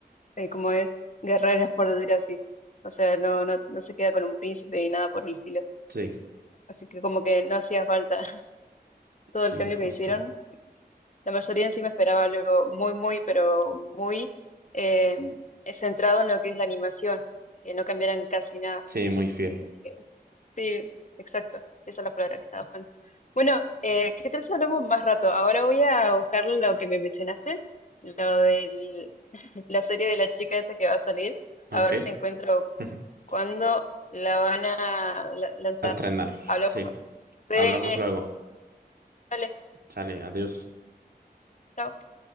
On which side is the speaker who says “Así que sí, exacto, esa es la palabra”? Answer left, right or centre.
Left